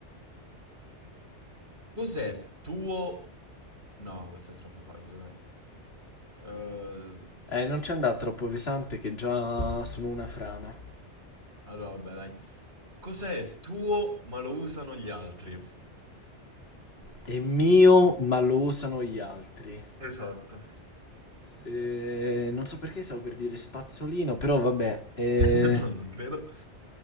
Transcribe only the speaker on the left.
Eh,
non c'è andare troppo pesante che già sono una frana.
È mio, ma lo usano gli altri.
Eh, non so perché stavo per dire spazzolino, però vabbè. eh,